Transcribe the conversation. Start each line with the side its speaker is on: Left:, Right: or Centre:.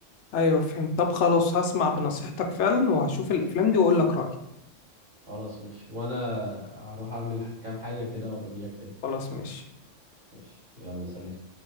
Left: ايوه فهمت طب خلاص هسمع بنصيحتك فعلا وهشوف الافلام دي واقول لك رايي
Right: خلاص ماشي وانا هروح اعمل كام حاجه كده وابقى اجيلك تاني
Left: خلاص ماشي
Right: ماشي يلا سلام